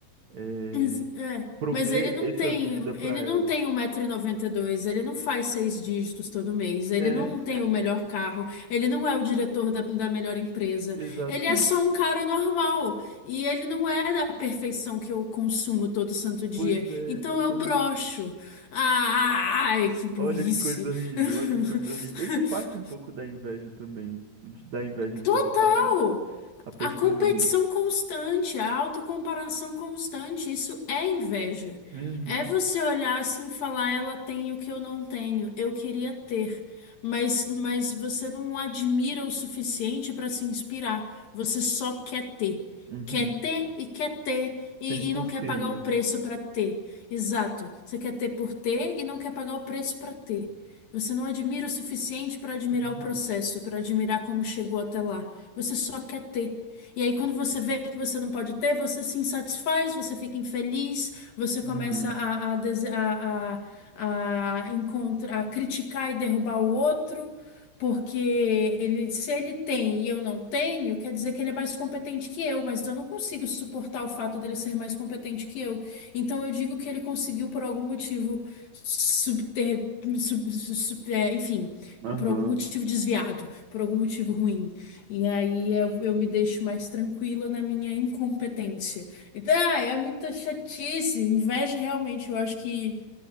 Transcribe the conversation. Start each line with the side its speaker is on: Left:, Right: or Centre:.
Right: eh,
Left: Ex- É.
Right: prover
Left: Mas ele não
Right: essa
Left: tem,
Right: vida pra
Left: ele
Right: ela.
Left: não tem um metro e noventa e dois ele não faz seis dígitos todo mês, ele
Right: É,
Left: não tem o melhor carro, ele não é o diretor da, da melhor empresa,
Right: <laughs> exata.
Left: ele é só um cara normal e ele não é da perfeição que eu consumo todo santo dia.
Right: Pois é,
Left: Então
Right: exatamente.
Left: eu broxo. Ah, ai, que burrice.
Right: Olha que coisa horrível,
Left: <laughs>
Right: olha que coisa horrível. Isso parte um pouco da inveja também, de- da inveja de
Left: Total!
Right: você estar vendo a pessoa
Left: A competição
Right: ali.
Left: constante, a autocomparação constante, isso é inveja.
Right: Uhum,
Left: É você olhar assim e falar, ela tem o que eu não tenho, eu queria ter. Mas, mas você não admira o suficiente para se inspirar, você só quer ter
Right: uhum.
Left: quer ter e quer ter e,
Right: Ter por
Left: e não quer
Right: ter
Left: pagar
Right: mesmo.
Left: o preço para ter. Exato. Você quer ter por ter e não quer pagar o preço para ter. Você não admira o suficiente para admirar
Right: Uhum,
Left: o processo, para admirar como chegou até lá. Você só quer ter. E aí, quando você vê que você não pode ter, você se insatisfaz, você fica infeliz, você
Right: uhum,
Left: começa a, a, dese- a, a, a, encontra- a criticar e derrubar o outro. Porque ele, se ele tem e eu não tenho, quer dizer que ele é mais competente que eu, mas eu não consigo suportar o fato dele ser mais competente que eu. Então eu digo que ele conseguiu, por algum motivo, subter, sub, sub- é, enfim,
Right: aham.
Left: por algum motivo desviado, por algum motivo ruim. E aí eu, eu me deixo mais tranquila na minha incompetência. Então, ah, é muita chatice, inveja realmente, eu acho que.